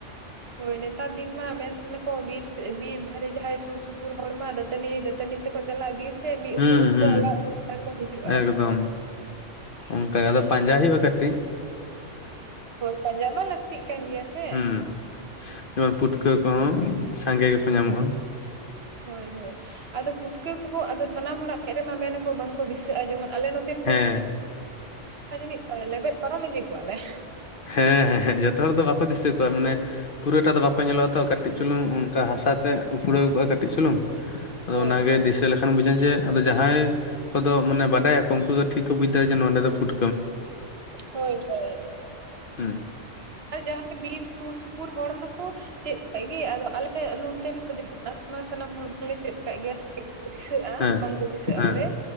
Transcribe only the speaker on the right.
ᱦᱳᱭ ᱱᱮᱛᱟᱨ ᱫᱤᱱ ᱢᱟ ᱢᱮᱱ ᱛᱟᱦᱮᱱᱟᱠᱚ ᱵᱤᱨ ᱵᱤᱨ ᱫᱷᱟᱨᱮ ᱡᱟᱦᱟᱸᱭ ᱥᱩᱨ ᱥᱩᱯᱩᱨ ᱦᱚᱲ ᱢᱟ ᱫᱟᱹᱛᱟᱹᱱᱤ ᱫᱟ. ᱫᱟᱹᱛᱟᱹᱱᱤ ᱛᱮᱠᱚ ᱪᱟᱞᱟᱜ-ᱟ ᱵᱤᱨ ᱥᱮᱫ, ᱢᱤᱫ
ᱩᱛᱩ ᱩᱵ
ᱠᱚ ᱦᱟᱞᱟᱝ ᱟᱜᱩᱭᱟ ᱟᱨ ᱠᱚ ᱦᱤᱡᱩᱜ-ᱟ
ᱚᱲᱟᱜ᱾
ᱯᱟᱸᱡᱟᱢᱟ ᱞᱟᱹᱠᱛᱤᱜ ᱠᱟᱱ ᱜᱮᱭᱟ᱾ ᱥᱮ
ᱦᱳᱭ ᱦᱳᱭ ᱟᱫᱚ ᱯᱩᱴᱠᱟᱹ ᱠᱚᱦᱚᱸ ᱟᱫᱚ ᱥᱟᱱᱟᱢ ᱦᱚᱲᱟᱜ ᱢᱮᱫ ᱨᱮ ᱢᱟ ᱢᱮᱱᱟᱠᱚ ᱵᱟᱝ ᱠᱚ ᱫᱤᱥᱟᱹᱜᱼᱟ ᱡᱮᱢᱚᱱ ᱟᱞᱮ ᱱᱚ ᱱᱚᱛᱮᱱ ᱠᱚ
ᱦᱚᱲ ᱡᱟᱹᱱᱤᱡ ᱞᱮᱵᱮᱫ ᱯᱟᱨᱚᱢ ᱤᱫᱤ ᱠᱚᱣᱟᱞᱮ᱾
ᱦᱳᱭ
ᱦᱳᱭ ᱦᱳᱭ
ᱟᱨ ᱡᱟᱦᱟᱸᱭ ᱵᱤᱨ ᱥᱩᱨ ᱥᱩᱯᱩᱨ ᱦᱚᱲ ᱫᱚᱠᱚ ᱪᱮᱫ ᱠᱮᱫ ᱜᱮ ᱟᱫᱚ ᱟᱞᱮ ᱦᱮᱸ ᱱᱚᱛᱮᱱ ᱠᱚ ᱡᱮᱢᱚᱱ ᱟᱭᱢᱟ ᱥᱟᱱᱟᱢ ᱦᱚᱲ ᱠᱚᱞᱮ ᱪᱮᱫ ᱠᱚ ᱠᱟᱜ ᱜᱮᱭᱟ ᱫᱤᱥᱟᱹᱜᱼᱟ
ᱵᱟᱝᱠᱚ ᱫᱤᱥᱟᱹᱜᱼᱟ
ᱵᱚᱞᱮ